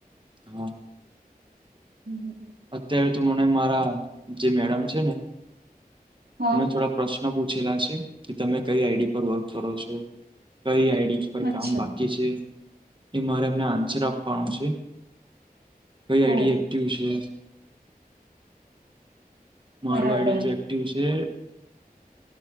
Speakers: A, on the right; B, on the right.
A: હા.
B: હમ હમ હમ.
A: અત્યારે તો મને મારા જે મેડમ છે ને
B: હા
A: એને થોડા પ્રશ્ ન પૂછેલા છે કે તમે કઈ આઈડી પર વર્ક કરો છો કઈ આઈડી પર
B: અચ્છા
A: કામ બાકી છે એ મારે એમને આન્સર આપાનો છે કઈ આઈડી
B: ઓ
A: એક્ટિવ છે મારુ
B: બરાબર
A: આઈડી જે એક્ટિવ છે